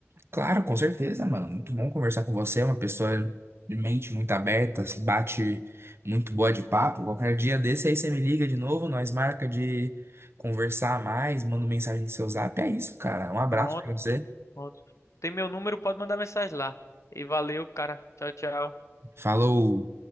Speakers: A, on the right; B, on the left.
A: Claro, com certeza, mano. Muito bom conversar com você. É uma pessoa de mente muito aberta, se bate muito boa de papo. Qualquer dia desse aí você me liga de novo, nós marca de conversar mais, manda mensagem no seu zap. É isso, cara. Um abraço
B: Pronto,
A: pra você.
B: pronto. Tem meu número, pode mandar mensagem lá. E valeu, cara. Tchau, tchau.
A: Falou.